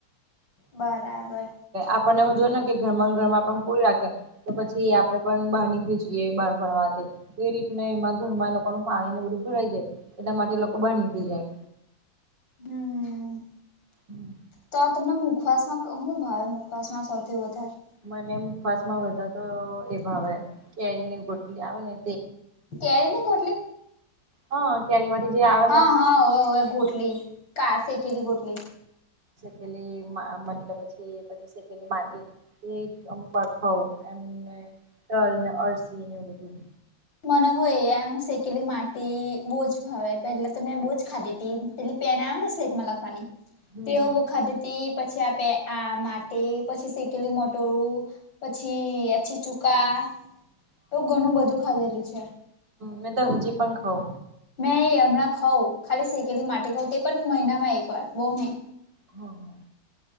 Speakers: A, on the left; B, on the right.
A: બરાબર.
B: આપણને હું જોય ને કે ઘર માં ઘર આપણે પૂરી રાખે. તો પછી આપડે પણ બહાર નીકળી જીએ બહાર ફરવાથી એ રીતના એમાં ઘરમાં લોકોનું પાણી ને બધું ભરાઈ જાય એના માટે લોકો બહાર નીકળી જાય.
A: હમ્મ.
B: હમ્મ.
A: તો તમને મુખવાસમાં હું ભાવે મુખવાસ માં સૌથી વધારે.
B: મને મુખવાસ માં વધધા તો એ ભાવે કેરી ની ગોટલી આવે ને.
A: કેરીની ગોટલી
B: હા કેરી વાળી જે આવ.
A: હા હા ઓવેવે ગોટલી ક સે કેલી ગોટલી.
B: સેલી મતલબ પછી પી સેલી માટી <inaudible> તે અમુક વાર ખઉું એમને ટલને અળસીને એવું બધું.
A: મને હોય એમ શેકેલી માટી બહુ જ ભાવ પેલા તો મેં બહુજ ખાધી હતી પેલી. પેના આવે ને સ્લેટ માં લખવાની
B: હમ
A: તે
B: હમ
A: બો ખાધથી. પછી આપે આ માટી પછી શેકેલી મોટરું. પછી આછીચુકા એવું ઘણું બધું ખાધેલું છે.
B: મે તો હજી પણં ખાઓ.
A: મેં હમણાં ખાઉં ખાલી શેકેલી માટેટી ખઉ તે પણ મહિના માં એક વાર બહુ નહીં.
B: હા હા